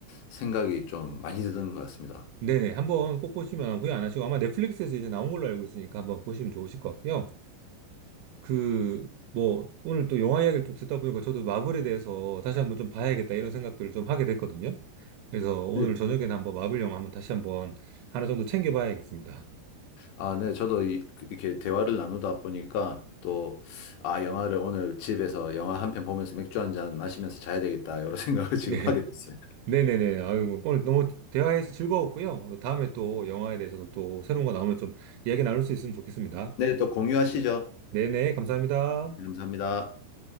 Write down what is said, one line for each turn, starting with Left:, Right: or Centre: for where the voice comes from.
Left: 생각이 좀 많이 드는 것 같습니다.
Right: 네네. 한번 꼭 보시면 후회 안 하시고 아마 넷플릭스에서 이제 나온 걸로 알고 있으니까 한번 보시면 좋으실 것 같고요. 그, 뭐, 오늘 또 영화 이야기를 좀 듣다 보니까 저도 마블에 대해서 다시 한번 좀 봐야겠다 이런 생각들을 좀 하게 됐거든요. 그래서 오늘
Left: 네,
Right: 저녁에는 한번 마블 영화 한번 다시 한번 하나 정도 챙겨봐야겠습니다.
Left: 아, 네, 저도 이, 이렇게 대화를 나누다 보니까 또, 아, 영화를 오늘 집에서 영화 한 편 보면서 맥주 한잔 마시면서 자야 되겠다, 이런 <laughs> 생각을
Right: <laughs>
Left: 지금
Right: 네.
Left: 하게 됐어요.
Right: 네네네. 아이고, 오늘 너무 대화해서 즐거웠고요. 다음에 또 영화에 대해서도 또 새로운 거 나오면 좀 이야기 나눌 수 있으면 좋겠습니다.
Left: 네, 또 공유하시죠.
Right: 네네. 감사합니다.
Left: 감사합니다.